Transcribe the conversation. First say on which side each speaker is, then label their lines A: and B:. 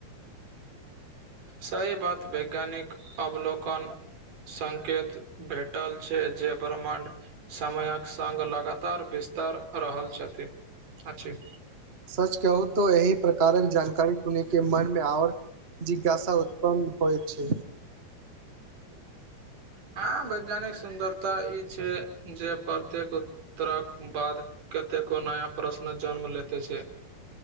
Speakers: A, on the right; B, on the right.
A: <inaudible>
B: सही बात वैज्ञानिक अवलोकन संकेत भेटल छै जे ब्र्मण्ड समयक सङ्ग लगातार बिस्तार रहल छथि अछि
A: सच कहू तो एहिह प्रकारक जानकारी सुनी के मनमे आओर जिज्ञासा उत्पन्न हो छै <inaudible>
B: हाँ वैज्ञानिक सुन्दरता ई छै जे प्रत्येक तरक बाद कतेको नया प्रश्न जन्म लेते छै